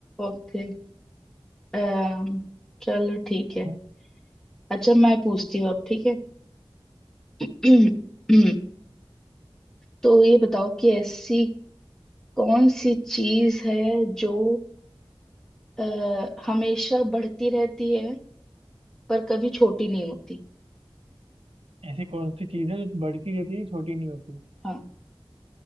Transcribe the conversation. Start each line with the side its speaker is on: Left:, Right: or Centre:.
Centre: ओके अम्म, चलो ठीक
Right: हाँ।
Centre: है अच्छा मैं पूछती हूँ अब ठीक है <clears throat> तो ये बताओ कि ऐसी कौन सी चीज है जो अ, हमेशा बढ़ती रहती है पर कभी छोटी नहीं होती
Right: ऐसी कौन सी चीज है जो बढ़ती रहती है छोटी नहीं होती
Centre: हाँ